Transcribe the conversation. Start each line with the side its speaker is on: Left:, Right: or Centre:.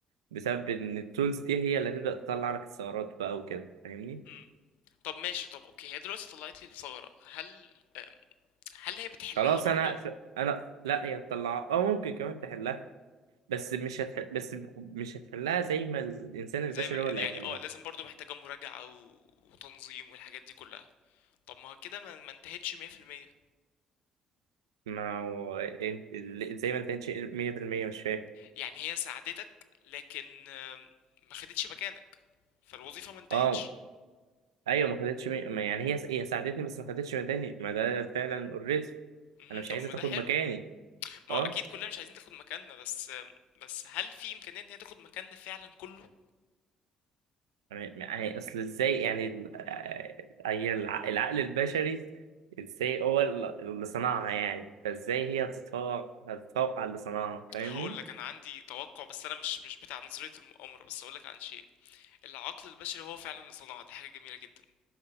Right: بسبب إن التولز دي هي اللي هتبدأ تطلع لك ثغرات بقى وكده فاهمني
Left: مم. طب ماشي طب اوكي هي دلوقتي طلعت لي الثغرة هل آم، هل هي بتحلها
Right: خلاص
Left: برضه
Right: أنا أقف- أنا لا هي تطلع أو ممكن كمان تحلها بس مش هتح... بس مش هتحلها زي ما الإنسان البشري
Left: زي ما
Right: هو اللي
Left: يعني
Right: هيحلها
Left: اه لازم برضه محتاجة مراجعة و... وتنظيم والحاجات دي كلها طب ما هو كده ما ما انتهتش 100%
Right: ما هو انت زي ما انت كانتش 100% مش فاهم
Left: يعني هي ساعدتك لكن آم، ما خدتش مكانك فالوظيفة ما انتهتش
Right: اه ايوه ما خدتش مي... ما يعني هي هي ساعدتني بس ما خدتش مكاني ما ده فعلا اوريدي
Left: مهم،
Right: انا مش
Left: طب
Right: عايزه
Left: ما
Right: تاخد
Left: ده حلو
Right: مكاني
Left: ما
Right: اه
Left: هو اكيد كلنا مش عايزين تاخد مكاننا بس آم، بس هل في امكانية ان هي تاخد مكاننا فعلا كله
Right: يعني يعني اصل ازاي يعني ال- آه، هي الع- العقل البشري ازاي هو ال- اللي صنعها يعني فازاي هي هتتفوق هتتفوق على اللي صنعها فاهمني؟
Left: هقول لك انا عندي توقع بس انا مش مش بتاع نظرية المؤامرة بس هقول لك عن شيء العقل البشري هو فعلا اللي صنعها دي حاجة جميلة جدا